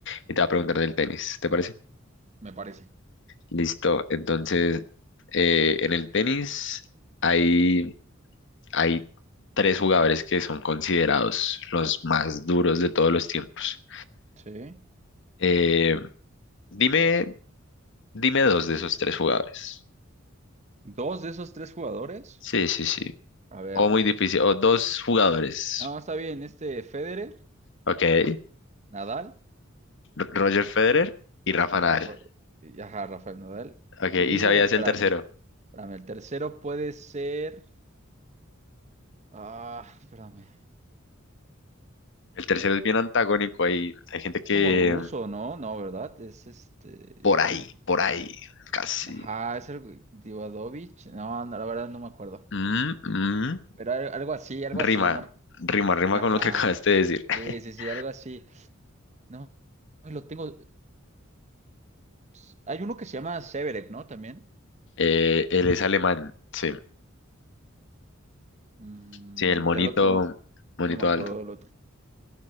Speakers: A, on the left; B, on the right.
A: Y te va a preguntar del tenis, ¿te parece?
B: Me parece.
A: Listo. Entonces, eh, en el tenis hay hay tres jugadores que son considerados los más duros de todos los tiempos.
B: Sí.
A: Eh, dime, dime dos de esos tres jugadores.
B: Dos de esos tres jugadores.
A: Sí, sí, sí.
B: A ver.
A: O muy difícil. O dos jugadores.
B: No, está bien. Este Federer,
A: Ok. R-
B: Nadal.
A: Roger Federer y Rafa
B: Ajá,
A: Nadal.
B: Ro- y- ajá, Rafael Nadal.
A: Ok.
B: Y
A: Y sabías
B: eh, espérame.
A: el tercero.
B: Espérame. El tercero puede ser. Ah, espérame.
A: El tercero es bien antagónico. Hay, hay gente que
B: Es como ruso, ¿no? No, ¿verdad? Es este.
A: por ahí,
B: Iv-
A: por ahí, casi.
B: Ajá, es el Divadovich. No, no, la verdad no me acuerdo.
A: Mm, mm.
B: Pero al- algo así, algo así,
A: Rima,
B: no.
A: rima, rima
B: Ajá.
A: con lo que <laughs> acabaste de decir. <laughs>
B: Sí, sí, sí, algo así. No, ay, lo tengo. S- Hay uno que se llama Severev, ¿no? También.
A: Eh, él es alemán. Sí.
B: Mm,
A: Sí, el monito,
B: del otro no.
A: monito
B: No me acuerdo
A: alto.
B: del otro.